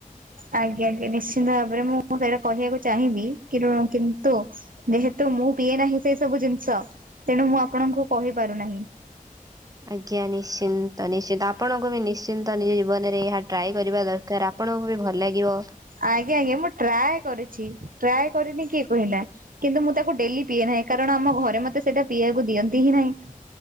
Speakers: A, on the right (about 75°); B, on the right (about 25°).
A: ଆଜ୍ଞା ଆଜ୍ଞା ନିଶ୍ଚିନ୍ତ ଭାବରେ ମୁଁ ସେଟା କହିବାକୁ ଚାହିଁବି କି ରୁ କିନ୍ତୁ ଯେହେତୁ ମୁଁ ପିଏ ନାହିଁ ସେଇ ସବୁ ଜିନିଷ ତେଣୁ ମୁଁ ଆପଣଙ୍କୁ କହି ପାରୁନାହିଁ।
B: ଆଜ୍ଞା ନିଶ୍ଚିନ୍ତ ନିଶ୍ଚିନ୍ତ ଆପଣଙ୍କୁ ବି ନିଶ୍ଚିନ୍ତ ନିଜ ଜୀବନରେ ଏହା ଟ୍ରାଏ କରିବା ଦର କାର ଆପଣଙ୍କୁ ବି ଭଲ ଲାଗିବ।
A: ଆଜ୍ଞା ଆଞା ମୁଁ ଟ୍ରାଏ କରିଛି ଟ୍ରାଏ କରିନି କିଏ କହିଲା। କିନ୍ତୁ ମୁଁ ତାକୁ ଡେଲି ପିଏ ନାହିଁ କାରଣ ଆମ ଘରେ ମୋତେ ସେଇଟା ପିଇବାକୁ ଦିଅନ୍ତି ହିଁ ନାହିଁ।